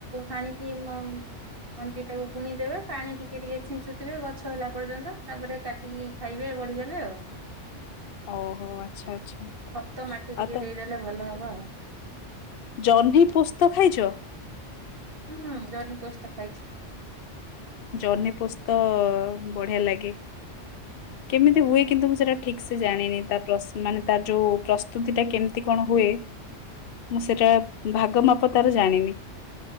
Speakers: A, on the right; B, on the left.
A: ହାଣିକି ମମ୍ ମଞ୍ଜି ଟାକୁ ବୁଣିଦେବେ ପାଣି ଟିକେ ଟିକେ ଛିଞ୍ଚୁଥିବେ ଗଛ ହେଲା ପର୍ଯ୍ୟନ୍ତ। ତାପରେ କାଟିକି ଖାଇବେ ବଢିଗଲେ ଆଉ।
B: ଓହୋ, ଆଚ୍ଛା, ଆଚ୍ଛା
A: ଖତ ମାଟି ଟିକେ
B: ଆଉ ତ
A: ଦେଇଦେଲେ ଭଲ ହବ।
B: ଜହ୍ନି ପୋସ୍ତ ଖାଇଛ?
A: ହଁ ଜହ୍ନି ପୋସ୍ତ ଖାଇଛି।
B: ଜହ୍ନି ପୁସ୍ତ ବଢ଼ିଆ ଲାଗେ। କେମିତି ହୁଏ କିନ୍ତୁ ମୁଁ ସେଟା ଠିକ ସେ ଜାଣିନି, ତା ପ୍ରସ୍ ମାନେ ତା ଯୋଉ ପ୍ରସ୍ତୁତି ଟା କେମିତି କଣ ହୁଏ। ମୁଁ ସେଟା ଭାଗ ମାପ ତାର ଜାଣିନି।